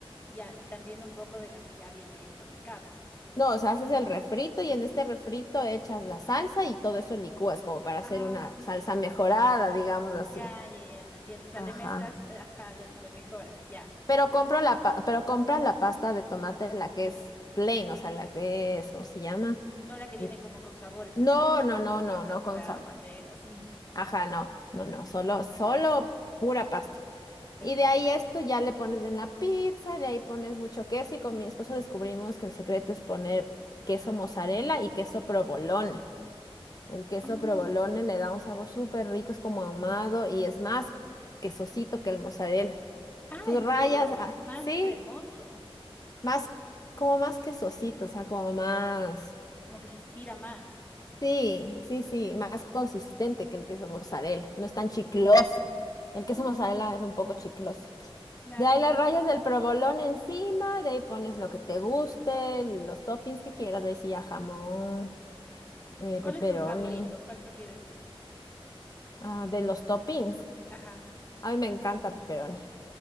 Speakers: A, on the left (about 20°); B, on the left (about 40°).
A: y, a- y también un poco de la que ya viene fabricada.
B: No, o sea, haces el refrito y en este refrito echas la salsa y todo eso licúas como para hacer
A: Ah,
B: una salsa
A: ok.
B: mejorada, digamos así.
A: Ya, ya, ya, te entiendo. O sea,
B: Ajá.
A: le mezclas, eh, ajá, le, le mejoras. Ya,
B: Pero
A: perfecto.
B: compro la pa- pero compras la pasta de tomate, la que es plain, o sea, la que es, ¿cómo se llama?
A: No la que viene
B: N-
A: como con sabores,
B: No,
A: que es sabor a
B: no,
A: oliva,
B: no, no,
A: sabor
B: no con
A: a
B: sabor.
A: laurel, así.
B: Ajá, no, no, no, solo, solo pura pasta.
A: Perfecto.
B: Y de ahí esto ya le pones en la pizza, de ahí pones mucho queso y con mi esposo descubrimos que el secreto es poner queso mozzarella y queso provolone. El queso
A: Oh.
B: provolone le da un sabor súper rico, es como ahumado y es más quesosito que el mozzarella.
A: Ah,
B: Tus
A: ¿en
B: rayas,
A: serio?
B: ah,
A: Más
B: sí,
A: cremoso.
B: más, como más quesosito, o sea, como más,
A: Como que se estira más.
B: sí, sí, sí, más consistente que el queso mozzarella, no es tan chicloso. El queso
A: Mm,
B: mozzarella es un poco chicloso.
A: claro,
B: De ahí
A: claro.
B: las rayas del provolone encima, de ahí pones lo que te guste, los toppings que quieras, de ahí sí ya jamón, eh,
A: ¿Cuál
B: pepperoni,
A: es tu favorito? ¿Cuál prefieres tú?
B: ah, de los toppings.
A: Ajá.
B: A mí me encanta pepperoni.